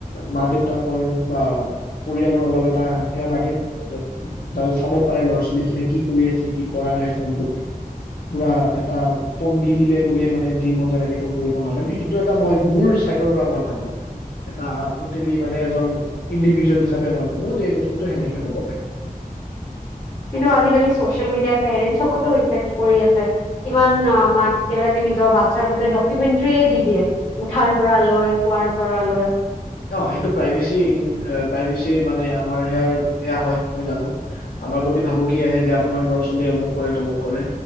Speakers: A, on the left (about 75°); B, on the left (about 25°).
A: মা দেউতাকৰ বা পৰিয়ালৰ অলপ এটা সেয়া লাগেত যায় চাব পাৰে ল'ৰা ছোৱালী খিনি কি কৰি আছে কি কৰা নাই ফোনটোত পুৰা এটা ফোন দি দিলে বুলিয়ে মানে যি মন যায় যি তাকেটো কৰিব নালাগে সেইটো এটা মই মোৰ চাইডৰ পৰা মই ভাবো এটা তোটেলি মানে এজন ইণ্ডিভিজুৱেল হিচাপে মই ভাবো যে এই বস্তুটো সেনেকে হব লাগে
B: কিন্তু আজিকালি চচিয়েল মিডিয়াই পেৰেন্টছকো ইফেক্ট কৰি আছে, কিমান মাক-দেউতাকে নিজৰ বাচ্ছাৰ গোটই ডকুমেণ্টৰীয়ে দি দিয়ে, উঠাৰ পৰা‌ লৈ শুৱাৰ পৰা লৈ
A: অ সেইটো প্ৰাইভেচী এ প্ৰাইভেচী মানে আমাৰ সেইয়া হয় মই জানো আমাৰ প্ৰতি ভাবুকি আহে যে আপোনাৰ লৰা ছোৱালীয়ে অমুক কৰে তমুক কৰে